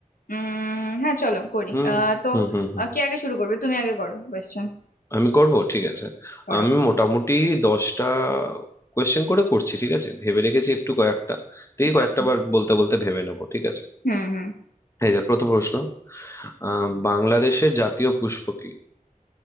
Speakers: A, on the left (about 75°); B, on the left (about 20°).
A: উম হ্যাঁ চলো করি
B: হুম
A: আহ তো
B: হুম হুম হুম
A: আহ, কে আগে শুরু করবে তুমি আগে করো কোয়েশ্চেন
B: আমি করব ঠিক আছে
A: করো
B: আমি মোটামুটি দশটা কোয়েশ্চেন করে করছি ঠিক আছে ভেবে রেখেছি একটু কয়েকটা দেখি
A: ঠিক
B: কয়েকটা
A: আছে
B: বার বলতে বলতে ভেবে নেবো ঠিক আছে
A: হুম হুম
B: এই যে প্রথম প্রশ্ন আহ, বাংলাদেশের জাতীয় পুষ্প কি